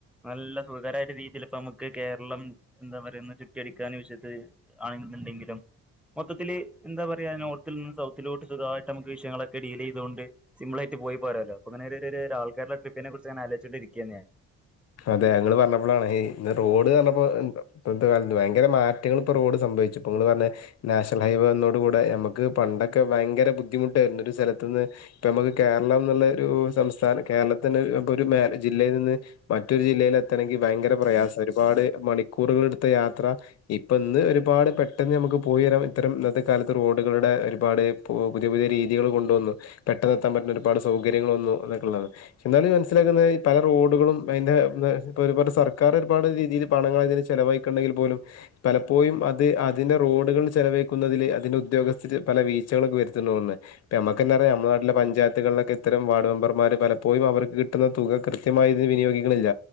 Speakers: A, in the centre; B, on the left.
A: നല്ല സുഖകരമായിട്ട് വീട്ടിൽ ഇപ്പ നമുക്ക് കേരളം എന്താ പറയ ചുറ്റി അടിക്കാൻ <unintelligible> ആണെങ്കുണ്ടെങ്കിലും മൊത്തത്തില് എന്താ പറയാ നോർത്തിൽ നിന്ന് സൗത്തിലോട്ട് സുഖമായിട്ട് നമുക്ക് വിഷയങ്ങളൊക്കെ ഡീൽ ചെയ്തുക കൊണ്ട് സിമ്പിൾ ആയിട്ട് പോയി പറയാമല്ലോ അപ്പൊങ്ങനെ ഒരു ഒരു ആൾക്കാരുടെ ട്രിപ്പിനെ കുറിച്ച് ഞാൻ ആലോചിച്ചുകൊണ്ടിരിക്കുകയായിരുന്നു ഞാൻ
B: അതെ ഞങ്ങള് പറഞ്ഞപ്പോഴാണ് ഇ ഇന്ന് റോഡ് പറഞ്ഞപ്പോ ഇന്നത്തെ കാലത്തു ഭയങ്കര മാറ്റങ്ങൾ ഇപ്പ റോഡ് സംഭവിച്ചു ഇപ്പൊ നിങ്ങള് പറഞ്ഞ നാഷണൽ ഹൈവേ വന്നോട് കൂടെ ഞമ്മുക്ക് പണ്ടൊക്കെ ഭയങ്കര ബുദ്ധിമുട്ടായിരുന്നു ഒരു സ്ഥലത്തുന്നു ഇപ്പ നമുക്ക് കേരളം എന്നുള്ള ഒരു സംസ്ഥാനം കേരളത്തിന് അപ്പൊ ഒരു ജില്ലയിൽ നിന്ന് മറ്റൊരു ജില്ലയില് എത്തണമെങ്കിൽ ഭയങ്കര പ്രയാസം ഒരുപാട് മണിക്കൂറുകളൾ എടുത്ത് യാത്ര ഇപ്പ ഇന്ന് ഒരുപാട് പെട്ടെന്ന് നമുക്ക് പോയി വരാം ഇത്തരം ഇന്നത്തെ കാലത്ത് റോഡുകളുടെ ഒരുപാട് പുതിയ പുതിയ രീതികൾ കൊണ്ടുവന്നു പെട്ടെന്ന് എത്താൻ പറ്റുന്ന ഒരുപാട് സൗകര്യങ്ങൾ വന്നു എന്നൊക്കെ ഉള്ളതാണ് എന്നാലും മനസ്സിലാക്കുന്ന പല റോഡുകളും പ്പ അതിന്റെ ഇ ഇപ്പ ഒരുപാട് സർക്കാർ ഒരുപാട് രീതിയിൽ പണങ്ങൾ അതിന് ചെലവഴിക്കണ്ടെങ്കിൽ പോലും പലപ്പോഴും അത് അതിന്റെ റോഡുകൾ ചെലവഴിക്കുന്നതിൽ അതിന്റെ ഉദ്യോഗസ്ഥര് പല വീഴ്ച്ചകൾക്ക് വരുത്തുന്നുന്ന് ഇപ്പ നമുക്കന്നറിയാം നമ്മുടെ നാട്ടിലെ പഞ്ചായത്തുകളിലൊക്കെ ഇത്തരം വാർഡ് മെമ്പർമാർ പലപ്പോഴും അവർക്ക് കിട്ടുന്ന തുക കൃത്യമായി ഇതിന് വിനിയോഗി പ്പികളില്ല.